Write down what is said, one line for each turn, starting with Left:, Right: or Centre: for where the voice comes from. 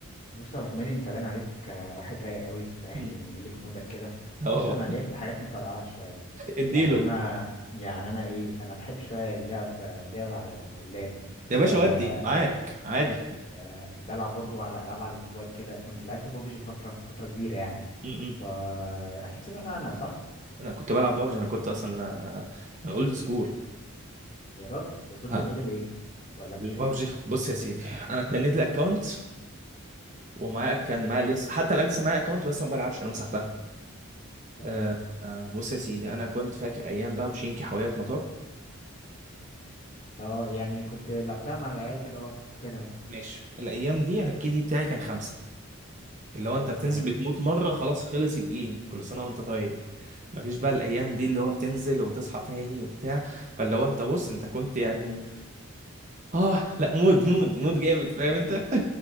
Left: بص يا ابو حميد انت باين عليك آه، واحد رايق قوي فاهم
Right: مم.
Left: وليك مودك كده
Right: اه
Left: بص انا ليا في الحاجات مطرقعه شويه
Right: <laughs> اديله
Left: يعني انا يعني انا ايه انا بحب شويه اللعب لعب على اللاب
Right: يا باشا
Left: آه
Right: ودي معاك عادي
Left: آه، بلعب برضو على العاب على الموبايل كده كنت لعبت بابجي فتره فتره كبيره يعني
Right: م-م.
Left: فا اكيد سمعت عنها صح
Right: انا كنت بلعب بابجي انا كنت اصلا انا انا اولد سكول
Left: يا راجل وصلت
Right: ها
Left: الليفل ايه ولا مش
Right: البابجي
Left: فاكر
Right: بص يا سيدي انا اتبنيت لي اكونت ومعايا كان معايا لسه حتى الان لسه معايا اكونت بس ما بلعبش انا مسحتها
Left: تمام
Right: آه آه، بص يا سيدي انا كنت فاكر ايام بقى بوشينكي حلويات مطار
Left: اه يعني كنت لعبتها مع العيال كده اه فاكرها اه
Right: ماشي الايام دي انا الكيدي بتاعي كان خمسه اللي هو انت بتنزل
Left: تمام
Right: بتموت مره خلاص خلص الجيم كل سنه وانت طيب مفيش بقى الايام دي اللي هو بتنزل وتصحى تاني وبتاع فاللي هو انت بص انت كنت يعني اه لا مود مود مود جامد فاهم
Left: أم.
Right: انت